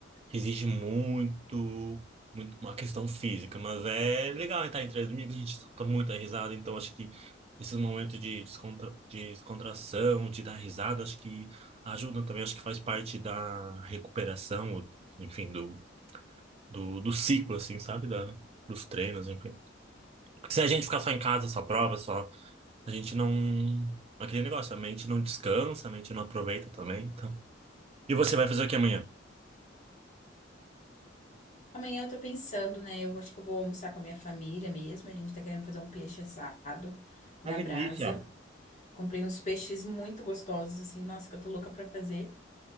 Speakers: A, on the right; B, on the left.
A: exige muito, muito uma questão física, mas é legal estar entre amigos, a gente solta muita risada, então acho que esses momentos de descontra, de descontração, de dar risada, acho que ajudam também, acho que faz parte da recuperação, enfim, do, do, do ciclo, assim, sabe? Da, dos treinos, enfim. Porque se a gente ficar só em casa, só prova, só, a gente não. Aquele negócio, a mente não descansa, a mente não aproveita também, então. E você vai fazer o que amanhã?
B: Amanhã eu tô pensando, né? Eu acho que eu vou almoçar com a minha família mesmo. A gente tá querendo fazer um peixe assado
A: Acredite,
B: na brasa.
A: ó.
B: Comprei uns peixes muito gostosos, assim, nossa, que eu tô louca pra fazer.